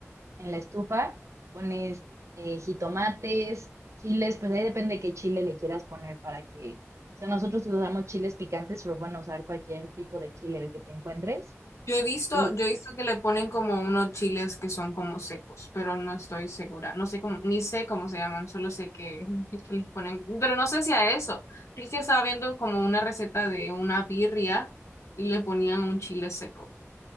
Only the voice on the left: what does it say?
Yo he visto,
yo he visto que le ponen como unos chiles que son como secos, pero no estoy segura. No sé cómo, ni sé cómo se llaman, solo sé que, <laughs> que les ponen, pero no sé si a eso. Es que estaba viendo como una receta de una birria y le ponían un chile seco,